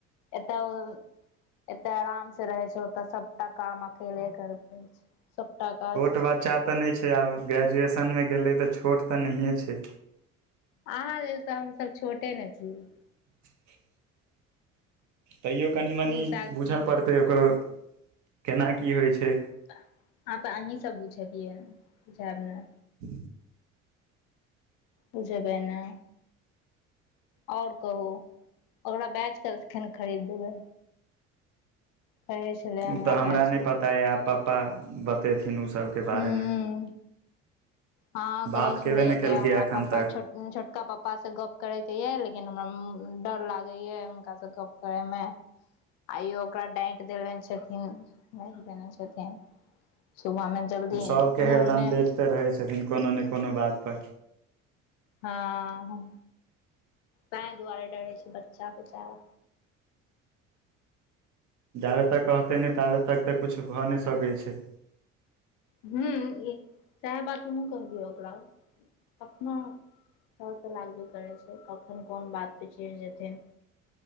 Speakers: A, on the left; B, on the right.
A: एतय एते आराम से रहै छै ओतऽ सबटा काम अकेले कर परय छै सबटा काज
B: छोट बच्चा तऽ नहि छै आब ग्रेजुएशनमे गेलै तऽ छोट तऽ नहिए छै
A: अहाँ लेल तऽ हमसभ छोटे ने छीियै
B: एक तैयो कनि मनी
A: दू साल
B: बुझऽ
A: तीन
B: पड़तै ओकरो केना की होइ छै
A: अह पर अहीं सब बुझबियै बुझब ने
B: ह
A: बुझबैना ओर कहू ओकरा बैच कल कखन खरीद देबै कहै छलै
B: ओ तऽ हमरा
A: बैच
B: नहि
A: लए
B: पता यएब पप्पा बतयथिन ओसभके
A: हूँ
B: बारेमे
A: हँ कहैत
B: बात
A: छलियै
B: केबे नहि केलकै
A: कि हमरा
B: एखन
A: पापा
B: तक
A: छोटका पापासँ गप्प करयके यइ लेकिन हमरा डर लागैए हुनकासँ गप्प करयमे आइयो ओकरा डाँटि देनेे छथिन डाँटि देने छथिन सुबह मे जल्दी
B: ओ सबके
A: है भोरमे
B: हरदम डटिते रहै छथिन कोनो ने कोनो बात पर
A: हँ तै दुआरे डरे छै बच्चा कुचारा
B: जाबे तक कहतै नहि ताबे तक तऽ कुछु भऽ नहि सकै छै
A: ह्म ई सएह बात हमहहुँ कहलियै ओकरा कखनो त तऽ लागबे करै छै कखन कोन बात पे चड़ि जेथिन